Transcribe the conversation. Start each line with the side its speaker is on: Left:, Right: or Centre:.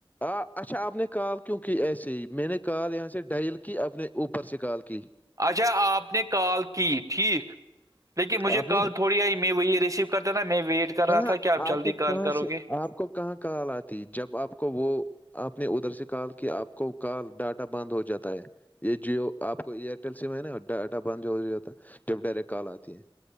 Left: آ اچھا آپ نے کال کیوں کی ایسے ہی میں نے کال یہاں سے ڈائل کی اپپنے اوپر سے کال کی
Right: اچھا آپ نے کال کی ٹھیک لیکن مجھے
Left: آپ
Right: کال
Left: نے
Right: تھوڑی آئی میں وہی ریسیو کہتا تھا نا میں ویٹ کر
Left: کہاں
Right: رہا تھا کہ آپ جلدی
Left: کو کہاں
Right: کال کرو
Left: سے
Right: گے
Left: آپ کو کہاں کال آتی جب آپ کو وہ آپ نے ادھر سے کہا کہ آپ کو ک ڈاٹا بند ہو جاتا ہے یہ جیو آپ کو ایئرٹیل سم ہے نا ڈاٹا بند ہو جاتا ہے جب ڈائریکٹ کال آتی ہے